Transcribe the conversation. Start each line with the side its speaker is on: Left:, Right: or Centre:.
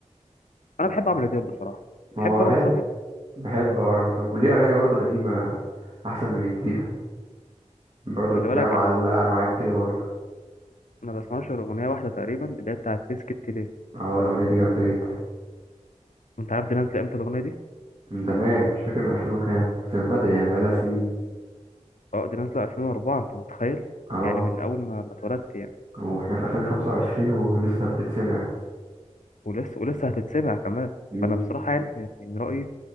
Left: انا بحب عمرو دياب بصراحه
Right: ما
Left: بحب
Right: هو
Left: رامي
Right: حلو
Left: صبري
Right: بحب ورا مثلا وليه اغاني برضه قديمه احسن من الجديده برضه
Left: خلي
Right: تلاقيها
Left: بالك
Right: معلقه
Left: انا
Right: معاك كده برضه
Left: انا بسمعش غير اغنيه واحده تقريبا اللي هي بتاعت ليه سكت ليه
Right: اه الاغنيه دي جامده جدا
Left: وانت عارف دي نازله امتى الاغنيه دي
Right: من زمان مش فاكر من 2000 وكام بس من بدري يعني بقالها سنين
Left: اه دي نازله 2004 انت متخيل
Right: اه
Left: يعني من اول ما ما اتولدت يعني
Right: واحنا في 2025 ولسه بتتسمع
Left: ولسه ولسه هتتسمع كمان
Right: امم
Left: فانا بصراحه يعني من من رايي